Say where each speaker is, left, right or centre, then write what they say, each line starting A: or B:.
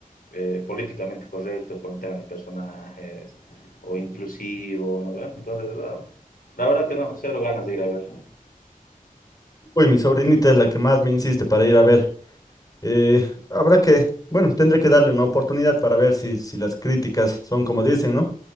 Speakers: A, on the left; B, on the left.
A: eh, políticamente correcto con el tema de personajes o inclusivo, ¿no ve? Entonces, ah, la verdad que no, cero ganas de ir a ver.
B: Uy, mi sobrinita es la que más me insiste para ir a ver. Eh, habrá que, bueno, tendré que darle una oportunidad para ver si, si las críticas son como dicen, ¿no?